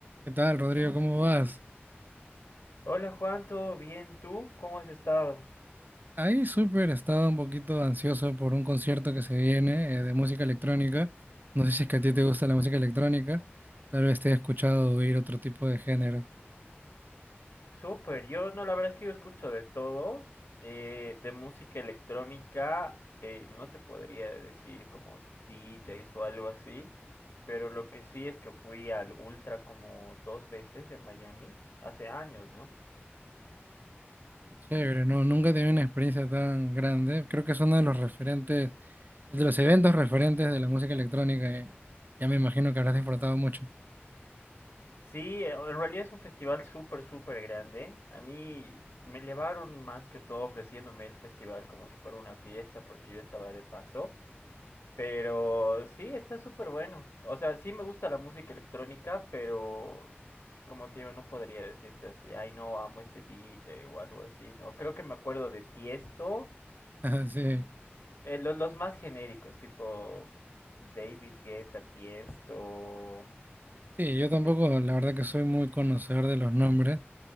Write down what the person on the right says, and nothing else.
¿Qué tal, Rodrigo? ¿Cómo vas?
Ahí súper, estaba un poquito ansioso por un concierto que se viene eh, de música electrónica. No sé si es que a ti te gusta la música electrónica, tal vez te he escuchado oír otro tipo de género.
Qué chévere, ¿no? Nunca he tenido una experiencia tan grande. Creo que es uno de los referentes, de los eventos referentes de la música electrónica. eh, Ya me imagino que habrás disfrutado mucho.
<laughs> Sí,
sí, yo tampoco,
la verdad que soy muy conocedor de los nombres.